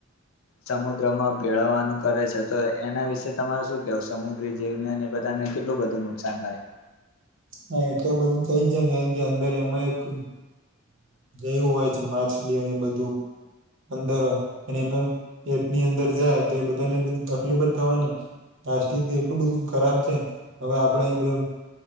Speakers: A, on the left; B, on the right.
A: સમુદ્રમાં ભેળવવાનું કરે છે તો એના વિશે તમારો શું કે સમુદ્રી જીવને ની બધાને કેટલું બધું નુકસાન થાય.
B: હા એટલે બધું થઇ જાય ને કે અંદર એમાં એક એવું હોય છે માછલીઓને બધું અંદર અને એમને પેટની અંદર જાય તો એ બધાને તકલીફ જ થવાની. પ્લાસ્ટિક એટલું બધું ખરાબ છેને હવે આપણેે એ બધુ